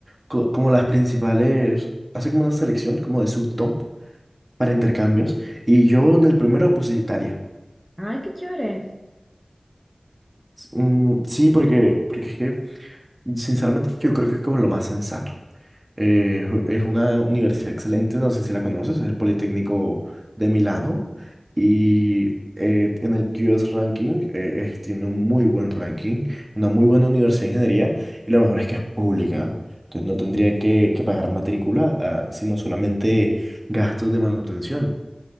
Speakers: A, on the right (about 25°); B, in the centre.
A: co- como las principales, hace como una selección como de su top para intercambios y yo en el primero puse Italia.
B: Ay, qué chévere.
A: Mm, sí, porque, porque es que, sinceramente, yo creo que es como lo más sensato. Eh, es u- es una universidad excelente, no sé si la conoces, es el Politécnico de Milano y eh, en el QS Ranking eh, es- tiene un muy buen ranking, una muy buena universidad de ingeniería y lo mejor es que es pública. Entonces no tendría que, que pagar matrícula, ah, sino solamente gastos de manutención.